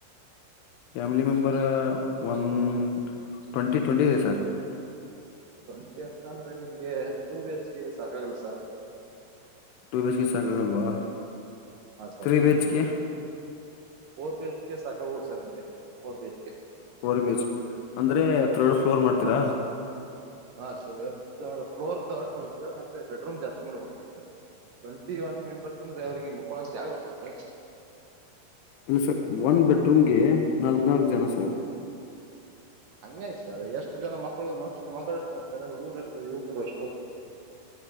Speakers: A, on the left; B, on the right.
A: family member one twenty twenty ಐತಿ ಸರ್
B: ಟ್ವೆಂಟಿ ಅಂತ ಅಂದ್ರೆ ನಿಮ್ಗೆ ಟೂ ಬಿ ಎಚ್ ಕೆ ಸಾಕಾಗಲ್ಲ sir
A: two B H K ಸಾಕಾಗಲ್ವಾ
B: ಹಾ sir
A: three B H K
B: four B ಎಚ್ಗೆ ಸಾಕ ಆಗಬಹುದು ಸರ್ ನಿಮ್ಗೆ four B H K
A: four beach ಅಂದ್ರೆ ಥರ್ಡ್ ಫ್ಲೋರ್ ಮಾಡ್ತೀರಾ
B: ಹಾ ಸಾರ್ ಫ್ಲೋರ್ತಾ ರ್ಡ್ ಸರ್ ಮತ್ತೆ ಬೆಡ್ರೂಮ್ ಜಾಸ್ತಿ ಮಾಡಬೇಕ್ ಆಗುತ್ತಾ ಸಾರ್ ಟ್ವೆಂಟಿ ಒನ್ ಮೆಂಬರ್ಸ್ ಅಂದ್ರೆ ಅವ್ರಿಗೆ ಮಕ್ಕೊಳಕ್ ಜಾಗಬೇಕಲ್ಲ ಸರ್
A: ಇಲ್ಲ ಸರ್ ಒಂದ ಬೆಡ್ರೂಮ್ಗೆ ನಾಲ್ಕ್ ನಲ್ಕ್ ಜನ ಸರ್
B: ಹಂಗ ಹ್ಯಾಂಗ್ ಸರ್ ಎಷ್ಟು ಜನ ಮಕ್ಕಳು ಮತ್ತ ಮಕ್ಕಳಷ್ಟ್ತಾರೆ ಹುಡುಗರುಷ್ಟು ಯುವಕರು ಏಷ್ಟು